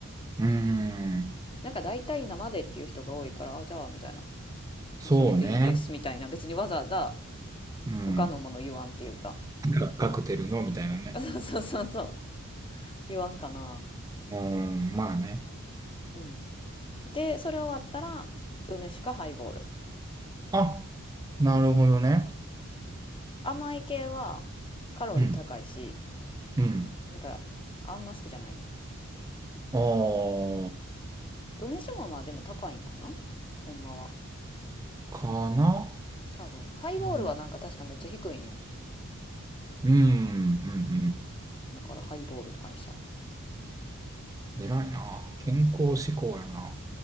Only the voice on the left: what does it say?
なんか大体生でっていう人が多いから、あ、じゃあみたいな。
もうそれでいいですみたいな。別にわざわざ
他のもの言わんっていうか。
<laughs> そうそうそうそう。言わんかな。
うん。で、それ終わったら梅酒かハイボール。
甘い系はカロリー高いし、
なんかあんま好きじゃないねんな。
梅酒もまあでも高いんかなほんまは。
多分。ハイボールはなんか確かめっちゃ低いねん。
だからハイボールとかにしちゃう。